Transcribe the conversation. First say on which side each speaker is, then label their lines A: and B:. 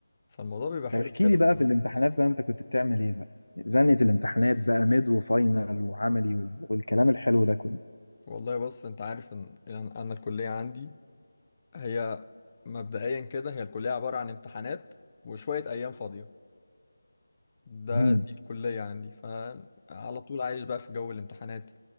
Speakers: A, on the left (about 30°); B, on the left (about 85°).
A: فالموضوع بيبقى حلو
B: طب احكي
A: في كده
B: لي بقى
A: بصراحة.
B: في الامتحانات بقى انت كنت بتعمل ايه بقى زنة الامتحانات بقى ميد وفاينل وعملي وال... والكلام الحلو ده كله
A: والله بص انت عارف ان ان انا الكلية عندي هي مبدئيا كده هي الكلية عبارة عن امتحانات وشوية أيام فاضية ده
B: مهم.
A: دي الكلية عندي فعلى طول عايش بقى في جو الامتحانات